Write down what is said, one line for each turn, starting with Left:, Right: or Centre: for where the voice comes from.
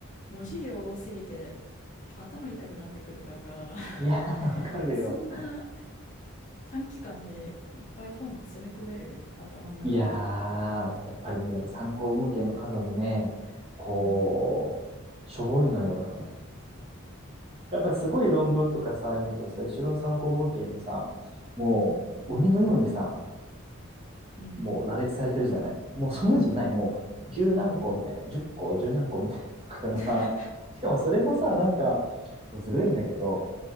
Left: う、文字量多すぎて、頭痛くなってくるから
Right: いや、<laughs> わかるよ。
Left: <laughs> そんな短期間でいっぱい本詰め込める、頭の中に。
Right: いやー、やっぱりね、でも参考文献の数もね、こう、
Left: うん、
Right: しょぼいのよ、やっぱり。やっぱりすごい論文とかさ、読むとさ、後ろの参考文献にさ、もう鬼のようにさ、
Left: うん、うん
Right: もう羅列されてるじゃない。もうそんなんじゃない。もう十何個みたいな。十個、十何個みたいなのから。
Left: <laughs>。
Right: <laughs> しかもそれもさ、なんか、これずるいんだけど、